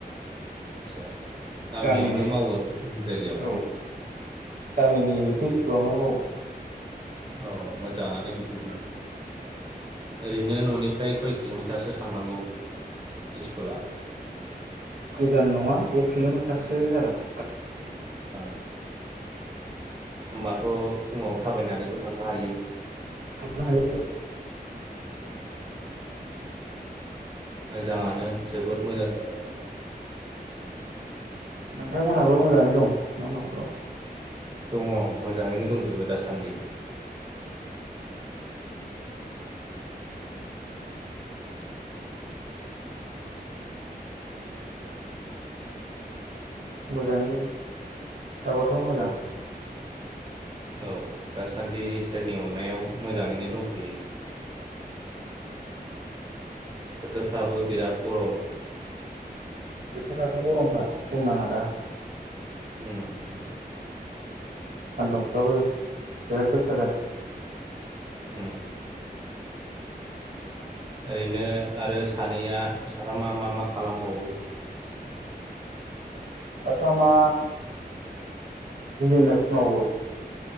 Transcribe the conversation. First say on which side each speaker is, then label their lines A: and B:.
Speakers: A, on the right; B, on the right.
A: आथसा गामियावनो
B: गामिनि
A: मावो ना गुबुन जायगायाव?
B: औ गामिनि एल फि स्कुलावनो मावो।
A: औ मोजाङानो बिदिबा ओरैनो न'निफ्राय खय किल मिटारसो थांनांगौ इस्कुला?
B: गोजान नङा एक <unintelligible> जागोन।
A: ओम। होमबाथ' फुङाव थाबायनानैबो थांनो हायो।
B: थांनो हायो।
A: उम। मोजाङानो जोबोद मोजां। जादों
B: नोंथांमोनहाबो मोजाङै दं ना नखराव?
A: दङ मोजाङैनो दंजोबो दासान सानदि
B: मोजाङै थाबाथ' मोजां।
A: औ दासान्दि इसोरनि अननायाव मोजाङैनो दंथ'यो। बोथोरफ्राबो बिराद गरम।
B: बोथोराथ' गरमखा बुंनाङा दा
A: होम ओ।
B: सान्दुंफ्राबो बिराद गोसा जादों
A: ओम। ओरैनो आरो सानैया आरो मा मा मा खालामबावो?
B: साथामा बिजिनेस मावो।